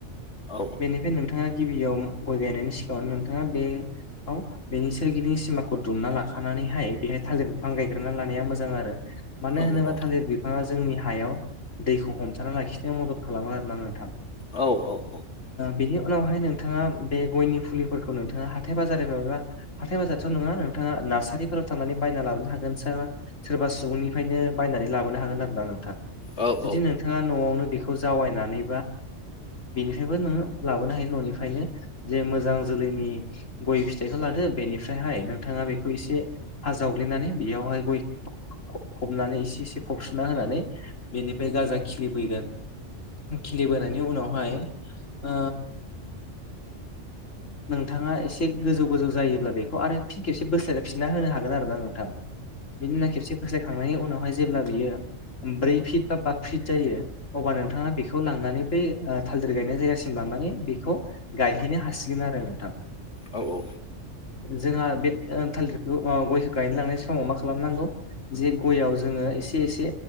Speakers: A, on the left; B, on the left.
A: औ
B: बेनिफ्राय नोंथाङा गिबियाव गय गायनायनि सिगाङाव नोंथाङा बेयाव बेनि सोरगिदिं सिमाखौ दुमना लाखानानैहाय बेहाय थालिर बिफां गायग्रोना लानाया मोजां आरो मानो
A: औ
B: होनोब्ला
A: औ
B: थालिर बिफाङा जोंनि हायाव दैखौ हमथाना लाखिनायाव मदद खालामो आरोना नोंथां।
A: औ औ
B: बिनि उनावहाय नोंथाङा बे गयनि फुलिफोरखौ नोंथाङा हाथाय बाजार मा हाथाय बाजाराथ' नङा नोंथाङा नार्सारिफोराव थांनानै बायना लाबोनो हागोन सार सोरबा सुबुंनिफ्रायनो बायनानै लाबोनो हागोन आरो। नोंथ
A: औ औ
B: जु नोंथाङा न'आवनो बेखौ जावायनानैबानि बेायबो नोङो लाबोनो हायो न'निफ्रायनो जे मोजां जोलैनि गय फिथाइखौ लादो बेनिफ्रायहायउ महर नोंथाङा बेखौ एसे हा जावग्लिनानै बेयावहाय गय फबनानै एसे एसे फबसोनना होनानै बेनिफ्राय गाजा खिलिबोगोन खिलिबोनायनि उनावहाय ओ नोंथाङा एसे गोजौ गोजौ जायोब्ला बेखौ आरो फिन खेबसे बोस्लायफिनना होनो हागोन आरोोना नोंथाङा बिनि उना खेबसे फस्लायखांनायनि उनावहाय जेब्ला बियो ब्रै फिट बा बा फिट जायो अब्ला नोंथाङा बे खौ लानानै बे ओ थालिर गायनाय जायगासिम लांनानै नायफिननो हासिगोन आरो नोंथां।
A: औ औ
B: जोंहा बे थालिरखौ गयखौ गायनो लांनाय समाव मा खालामनांगौ? जे गयाव जोङो एसे एसे